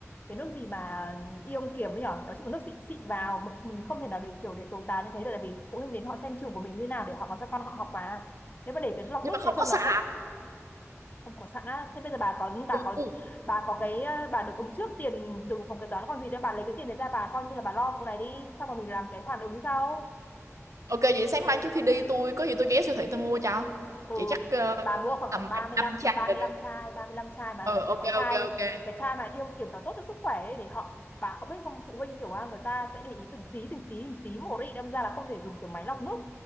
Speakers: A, on the left (about 35°); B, on the right (about 85°).
A: cái nước gì mà ion kiềm ấy nhở nói chung là nước xịn xịn vào mình, mình không thể nào để kiểu để tồi tàn như thế được tại vì phụ huynh đến họ xem trường của mình như nào để họ còn cho con họ học mà nếu mà để cái lọc
B: nhưng
A: nước
B: mà
A: như
B: không
A: thế trông
B: có sẵn
A: nó không không có sẵn á thế bây giờ bà có bà có
B: ừ.
A: bà có cái ờ, bà được ứng trước tiền từ phòng kế toán còn gì đâu bà lấy cái tiền đấy ra bà coi như là bà lo vụ này đi xong rồi mình làm cái khoản ứng sau
B: ok vậy sáng mai trước khi đi tôi có gì tôi ghé siêu thị tôi mua cho
A: ừ
B: chị chắc ờ,
A: bà mua khoảng
B: tầm
A: tầm ba
B: anh
A: ba mươi
B: anh
A: lăm
B: chai
A: ba
B: là
A: mươi 35
B: được
A: chai 35 chai mà
B: ờ ok
A: cái chai
B: ok ok
A: cái chai mà yêu kiểu nó tốt cho sức khỏe ấy, để họ bà không biết không phụ huynh kiểu à, người ta sẽ để ý từng tí từng tí từng tí một đấy đâm ra là không thể dùng kiểu máy lọc nước